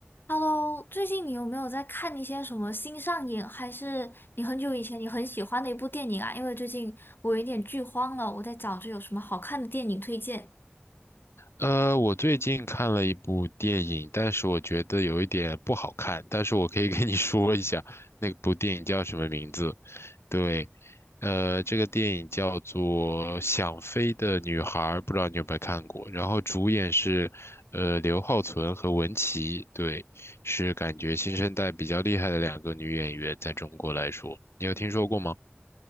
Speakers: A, on the left; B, on the left.
A: Hello，最近你有没有在看一些什么新上映，还是你很久以前你很喜欢的一部电影啊？因为最近我有点剧荒了，我在找着有什么好看的电影推荐。
B: 呃，我最近看了一部电影，但是我觉得有一点不好看，但是我可以 <laughs> 跟你说一下，那部电影叫什么名字？对，呃，这个电影叫做《想飞的女孩》，不知道你有没有看过？然后主演是，呃，刘浩存和文淇，对，是感觉新生代比较厉害的两个女演员，在中国来说，你有听说过吗？